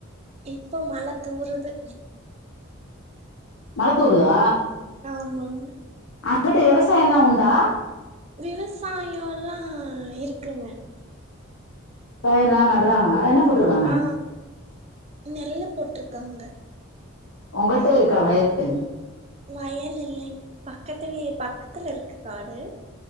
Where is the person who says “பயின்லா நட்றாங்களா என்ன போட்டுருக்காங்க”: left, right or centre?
Left